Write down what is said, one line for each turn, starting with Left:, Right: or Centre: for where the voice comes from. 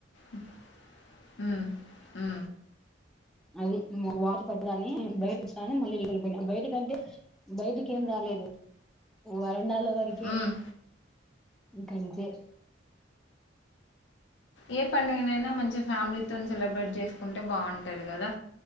Left: ఉ ఉ ఉ
Centre: అది వారి పట్లని బయటకిని మళ్ళీ ఇ కలునా బయట కంటే బయటకి ఏం రాలేదు వాళ ఎన్నాలో వరకె
Left: మ్మ్.
Centre: గంథే
Left: ఏ పండుగ అైనా మంచిగా ఫ్యామిలీ తోన్ సెలబ్రేట్ చేసుకుంటా అంటే బాగుంటారు కదా